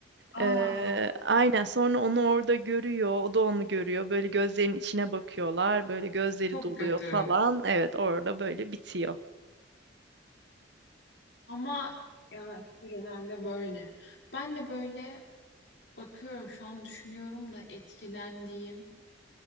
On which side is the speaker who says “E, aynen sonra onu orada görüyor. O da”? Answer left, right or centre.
Right